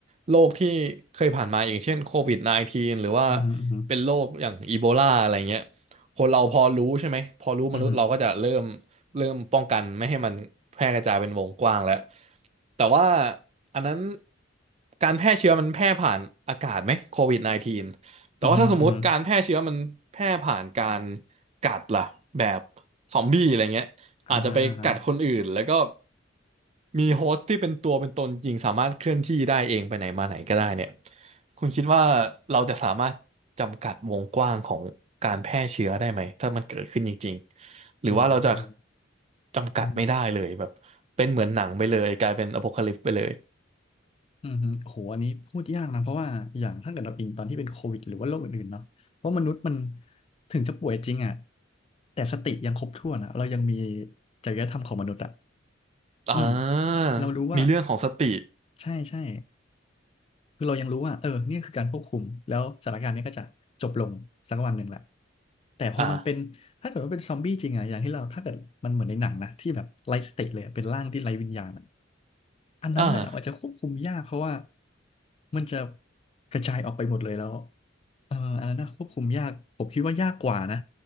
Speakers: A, on the right; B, on the left.
A: โรคที่เคยผ่านมาอย่างเช่นโควิด -19 หรือว่า
B: อืมฮอืมฮ
A: เป็นโรคอย่างอีโบลาอะไรเงี้ยคนเราพอรู้ใช่ไหมพอรู้มนุษย์เราก็จะเริ่ม
B: อืมฮ
A: เริ่มป้องกันไม่ให้มันแพร่กระจายเป็นวงกว้างแล้วแต่ว่าอันนั้นการแพร่เชื้อมันแพร่ผ่านอากาศไหมโควิด -19 แต่ว่าถ้าสมมติการแพร่เชื้อมันแพร่ผ่านการ
B: อืมฮอืม
A: กัดล่ะแบบซอมบี้อะไรเงี้ย
B: อ่าฮะอ่าฮะ
A: อาจจะไปกัดคนอื่นแล้วก็มีโฮสต์ที่เป็นตัวเป็นตนจริงสามารถเคลื่อนที่ได้เองไปไหนมาไหนก็ได้เนี่ยคุณคิดว่าเราจะสามารถจำกัดวงกว้างของการแพร่เชื้อได้ไหมถ้ามันเกิดขึ้นจริงๆหรือว่าเราจะ
B: อืมอืม
A: จำกัดไม่ได้เลยแบบเป็นเหมือนหนังไปเลยกลายเป็นอโพคาลิปส์ไปเลย
B: อืมอืมโอ้โหอันนี้พูดยากนะ เพราะว่าอย่างถ้าเกิดเราอิงตอนที่เป็นโควิดหรือว่าโรคอื่นๆเนาะเพราะมนุษย์มันถึงจะป่วยจริงอ่ะแต่สติยังครบถ้วนอ่ะเรายังมีจริยธรรมของมนุษย์อ่ะ
A: อ่า
B: อืม เรารู้ว่า
A: มีเรื่องของสติ
B: ใช่ใช่คือเรายังรู้ว่าเออเนี่ยคือการควบคุม แล้วสถานการณ์เนี้ก็จะจบลงสักวันหนึ่งแหละแต่พอมันเป็นถ้าเกิดว่าเป็นซอมบี้จริงอ่ะอย่างที่เราถ้าเกิดมันเหมือนในหนังนะที่แบบไร้สติเลยอะเป็นร่างที่ไร้วิญญาณอะ
A: อ่า
B: อันนั้นน่ะมันจะควบคุมยากเพราะว่า
A: อ่า
B: มันจะกระจายออกไปหมดเลยแล้วเอออันนั้นน่ะควบคุมยากผมคิดว่ายากกว่านะ